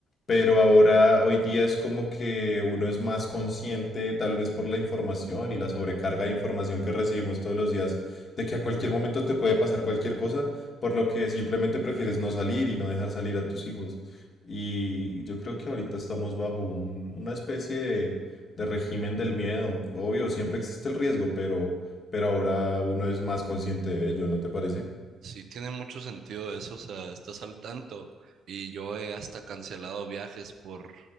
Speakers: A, on the left; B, on the right.
A: pero ahora, hoy día es como que uno es más consciente, tal vez por la información y la sobrecarga de información que recibimos todos los días, de que a cualquier momento te puede pasar cualquier cosa, por lo que simplemente prefieres no salir y no dejar salir a tus hijos. Y yo creo que ahorita estamos bajo un- una especie de, de régimen del miedo. Obvio, siempre existe el riesgo, pero, pero ahora uno es más consciente de ello, ¿no te parece?
B: Sí, tiene mucho sentido eso, o sea, estás al tanto y yo he hasta cancelado viajes por